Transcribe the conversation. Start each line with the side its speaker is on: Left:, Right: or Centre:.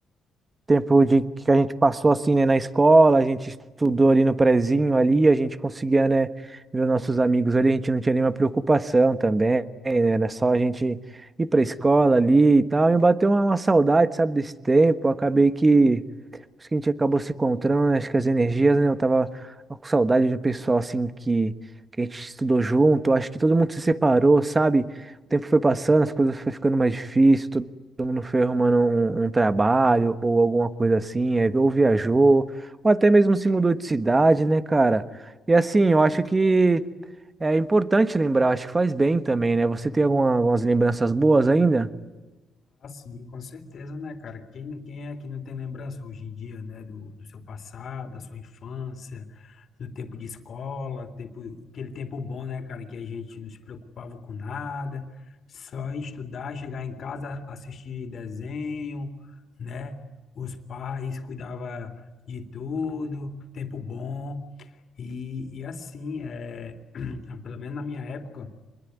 Right: tempo de que a gente passou assim, né, na escola, a gente estudou ali no prezinho ali, a gente conseguia, né, ver os nossos amigos ali, a gente não tinha nenhuma preocupação também, né, era só a gente ir pra escola ali e tal, e bateu uma, uma saudade, sabe, desse tempo, acabei que Acho que a gente acabou se encontrando, né? Acho que as energias, né? Eu tava com saudade de um pessoal assim que, que a gente estudou junto. Acho que todo mundo se separou, sabe? O tempo foi passando, as coisas foi ficando mais difíceis, todo todo mundo foi arrumando um, um trabalho ou alguma coisa assim, aí ou viajou, ou até mesmo se mudou de cidade, né, cara? E assim, eu acho que é importante lembrar, acho que faz bem também, né? Você tem alguma- algumas lembranças boas ainda?
Left: Ah, sim, com certeza, né, cara? Quem, quem é que não tem lembrança hoje em dia, né, do, do seu passado, da sua infância, do tempo de escola, tempo, aquele tempo bom, né, cara, que a gente não se preocupava com nada, só estudar, chegar em casa, assistir desenho, né? Os pais cuidavam de tudo, tempo bom. E, e assim, é, <clears throat> pelo menos na minha época,